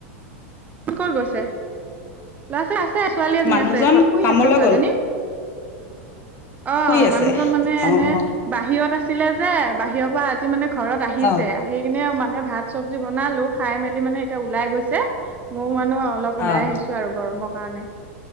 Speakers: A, on the right; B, on the left.
A: কত গৈছে? ল'ৰা ছোৱালী আছে ছোৱালী এজনী
B: মানুহজন
A: আছে ঘৰত শুহি
B: কামলৈ
A: আছে ছোৱালীজনী।
B: গ'ল
A: অ
B: শুই আছে
A: মানুহজন মানে এনে
B: অ অ
A: বাহিৰত আছিলে যে বাহিৰৰ পৰা আজি মানে। ঘৰত আহিছে
B: অ
A: আহি কিনে মানে ভাত -চবজি বনালো খাই মেলি মানে এতিয়া ওলাই গৈছে। মোৰ মানুহ অলপ ওলাই
B: অ অ
A: আহিছো আৰু গৰমৰ কাৰণে।